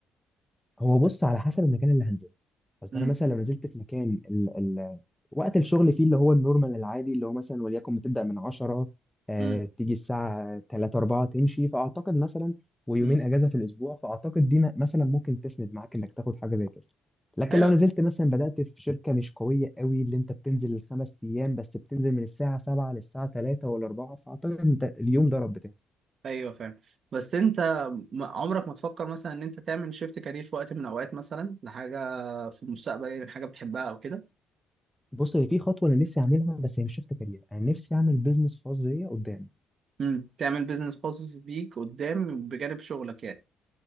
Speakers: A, in the centre; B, on the right.
A: هو بص على حسب المكان اللي هنزله اصل
B: امم
A: انا مثلا لو نزلت في مكان ال... ال... وقت الشغل فيه اللي هو النورمال العادي اللي هو مثلا وليكن بتبدأ من 10 آه
B: امم
A: تيجي الساعة 3 4 تمشي فاعتقد مثلا ويومين
B: امم
A: اجازة في الاسبوع فاعتقد دي م- مثلا ممكن تسند معاك انك تاخد حاجة زي كده لكن
B: ايوه
A: لو نزلت مثلا بدأت في شركة مش قوية قوي اللي انت بتنزل الخمس ايام بس بتنزل من الساعة 7 للساعة 3 ولا 4 فاعتقد انت اليوم ضرب بتاعك
B: ايوه فاهم بس انت م- عمرك ما تفكر مثلا ان انت تعمل شيفت كارير في وقت من الاوقات مثلا لحاجه في المستقبل يعني حاجه بتحبها او كده
A: بص هي في خطوة انا نفسي اعملها بس هي مش شفت كارير انا نفسي اعمل بيزنس خاص بيا قدام
B: امم تعمل بيزنس خاص بيك قدام بجانب شغلك يعني